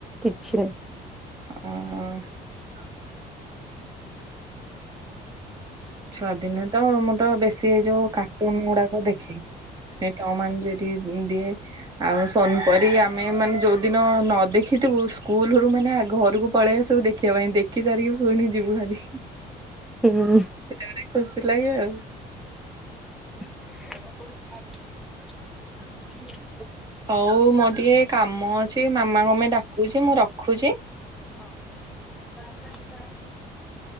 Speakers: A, in the centre; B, on the right.
A: କିଛି ନାହିଁ।
B: ହଁ। ଛୁଆଦିନେ ତ ମୁଁ ତ ବେଶୀ ଏଇ ଯୋଉ କାର୍ଟୁନ ଗୁଡାକ ଦେଖେ ଏଇ ଟମ ଆଣ୍ଡ ଜେରି। ଦି ଆଉ ସନପରି ଆମେ ମାନେ ଯୋଉ ଦିନ ନ ଦେଖିଥିବୁ ସ୍କୁଲରୁ ମାନେ ଘରକୁ ପଳେଆସୁ ସବୁ ଦେଖିବା ପାଇଁ ଦେଖି ସାରିକି ପୁଣି ଯିବୁ ହାରି।
A: ହୁଁ।
B: ସେଟା ଗୋଟେ ଖୁସି ଲାଗେ ଆଉ।
A: <unintelligible>
B: ହଉ ମୋର ଟିକେ କାମ ଅଛି ମାମା କଣ ପାଇଁ ଡାକୁଛି ମୁଁ ରଖୁଛି।
A: <inaudible>